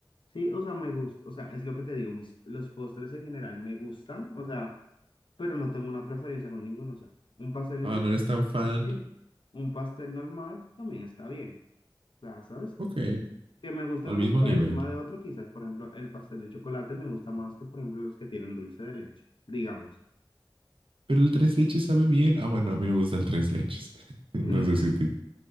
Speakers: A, on the left; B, on the right.
A: Sí, o sea, me gusta, o sea, es lo que te digo, mis, los postres en general me gustan, o sea, pero no tengo una preferencia con ninguno, o sea, un pastel
B: Ah,
A: yo
B: no eres tan fan.
A: está bien, un pastel normal también está bien, o sea, ¿sabes?
B: Ok,
A: Que me guste
B: al
A: uno
B: mismo
A: por
B: nivel.
A: encima de otro, quizás, por ejemplo, el pastel de chocolate me gusta más que, por ejemplo, los que tienen dulce de leche, digamos.
B: Pero el tres leches sabe bien. Ah, bueno, a mí me gusta el tres leches. <laughs>
A: <laughs>
B: No sé si a ti-